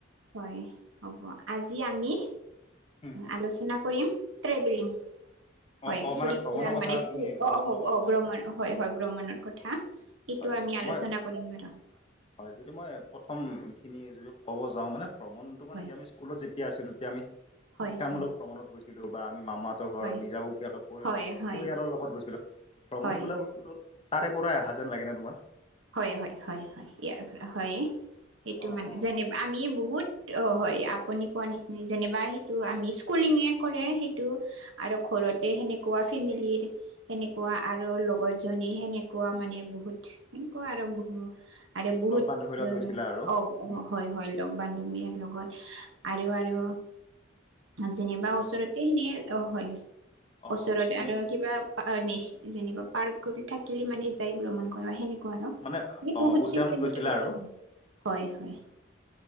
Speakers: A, on the right; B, on the left.
A: হয় হ'ব, আজি আমি
B: হুম হুম।
A: আলোচনা কৰিম। ত্ৰেবিলিং। হয়,
B: অ অ
A: ফুৰি
B: মানে ভ্ৰমণৰ
A: ফুৰা
B: কথা
A: মানে
B: তুমি
A: অ',
B: আলোচনা কৰিম
A: অ'
B: বুলি
A: ভ্ৰমণ
B: ভাবিছা?
A: হয় হয়, ভ্ৰমণৰ কথা। সেইটো
B: হয়
A: আমি
B: হয়
A: আলোচনা
B: মই,
A: কৰিম আৰু
B: হয় যদি মই প্ৰথম খিনি যদি ক'ব যাওঁ মানে ভ্ৰমনটো মানে
A: হয়
B: কি আমি স্কুলত যেতিয়া আছিলোঁ তেতিয়া আমি
A: হয়
B: শিক্ষামূলক
A: হয়
B: ভ্ৰমনত গৈছোঁ। ৰ'বা আমি। মামাহঁতৰ ঘৰত
A: হয়
B: নিজা ববীয়া কাপোৰ
A: হয়
B: আৰু
A: হয়
B: পৰিয়ালৰ লগত গৈছিলোঁ, ভ্ৰমন
A: হয়
B: বোলা বস্তুতো তাৰে পৰাই অহা যেন লাগে নে তোমাৰ।
A: হয় হয় হয় হয় ইয়াৰ পৰা হয়ে, সেইটো
B: অ
A: মানে
B: অ।
A: যেনে আমি বহুত অ' হয়, আপুনি কোৱা নিচিনাই যেনিবা সেইটো আমি স্কুলিঙে কৰে সেইটো আৰু ঘৰত। ঘৰতে সেনেকুৱা ফেমিলিৰ, সেনেকুৱা আৰু লগৰ জনী সেনেকুৱা মানে বহুত। আকৌ আৰম্ভ হ'ব। আৰু বহুত
B: লগ বান্ধৱীৰ লগত গৈছিলা আৰু।
A: অ', অ'
B: উম হুম।
A: হয় হয় লগ বান্ধৱীয়ে লগত। আৰু আৰু। যেনিবা ওচৰতে
B: লগতে
A: সেনেয়ে অ' হয়,
B: অ
A: ওচৰতে
B: তুমি
A: আৰু কিবা। যেনিবা, পাৰ্ক থাকিলে মানে যাই ভ্ৰমণ কৰা সেনেকুৱা।
B: মানে
A: কত
B: অ
A: বহুত
B: উদ্যানত
A: চিষ্টেমেটিক
B: গৈছিলা
A: আছে।
B: আৰু
A: হয় হয়।